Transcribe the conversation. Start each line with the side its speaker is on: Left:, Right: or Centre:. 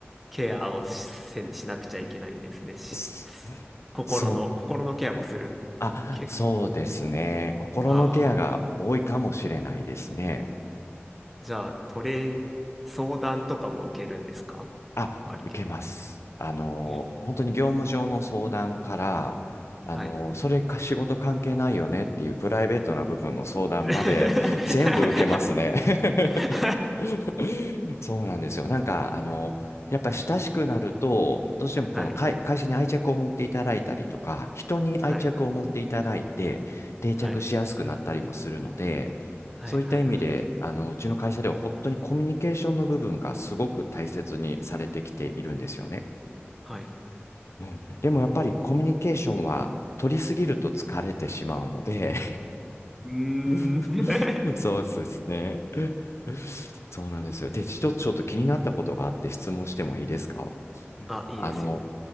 Centre: ケアをし、せしなくちゃいけないんですね。し、
Left: そ
Centre: す心の、
Left: そう。
Centre: 心のケアもする。
Left: あ、
Centre: け、
Left: そうですね。心のケアが多いかもしれないですね。
Centre: はあじゃあ、トレー、相談とかも受けるんですか
Left: あ、
Centre: 割り結構。
Left: 受けます。あの、
Centre: えー、
Left: 本当に業務上の相談から、あの、
Centre: はい。
Left: それか仕事関係ないよねっていうプライベートな部分の相談まで全部受けますね。
Centre: <laughs> <laughs>
Left: <laughs> <laughs> そうなんですよ。なんか、あの、やっぱり親しくなると、どうしてもこの会、
Centre: はい。
Left: 会社に愛着を持っていただいたりとか、人に愛着を持っていただいて、
Centre: はい。
Left: 定着しやすくなったりもするので、
Centre: はい。はい、
Left: そういった意味で、
Centre: はい、はい。
Left: あの、うちの会社では本当にコミュニケーションの部分がすごく大切にされてきているんですよね。
Centre: はい。
Left: うん、でもやっぱりコミュニケーションは取りすぎると疲れてしまうので
Centre: あーうー
Left: <laughs>
Centre: ん。
Left: そうですね。<laughs> そうなんですよ。で、一つちょっと気になったことがあって質問してもいいですか
Centre: <laughs> あ、いいですよ。
Left: あの、